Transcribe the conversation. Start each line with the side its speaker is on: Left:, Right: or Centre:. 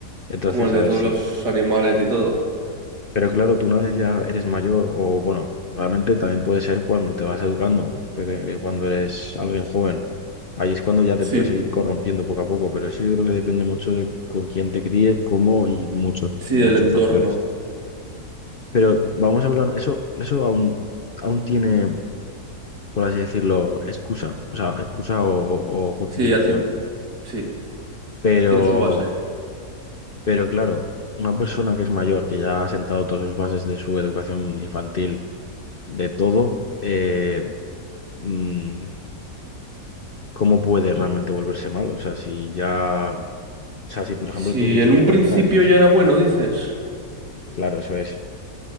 Left: Entonces,
Right: Como el de
Left: a ver,
Right: todos
Left: sí.
Right: los animales y todo.
Left: Pero claro, tú una vez ya eres mayor o bueno, realmente también puede ser cuando te vas educando, porque, eh, cuando eres alguien joven. Ahí es cuando ya te
Right: Sí,
Left: puedes ir corrompiendo poco a poco, pero eso yo creo que depende mucho de con quién te críes, cómo y muchos,
Right: sí,
Left: muchos
Right: el entorno.
Left: factores. Pero vamos a hablar, eso, eso aún, aún tiene, por así decirlo, excusa, o sea, excusa o, o justificación.
Right: Sí, ya tiene, sí,
Left: Pero,
Right: tiene su base.
Left: pero claro, una persona que es mayor, que ya ha sentado todas las bases de su educación infantil, de todo, eh, mm, ¿cómo puede realmente volverse malo? O sea, si ya, o sea, si por ejemplo
Right: Si
Left: tú tienes
Right: en un
Left: 40
Right: principio
Left: años,
Right: ya era bueno, dices,
Left: claro, eso es,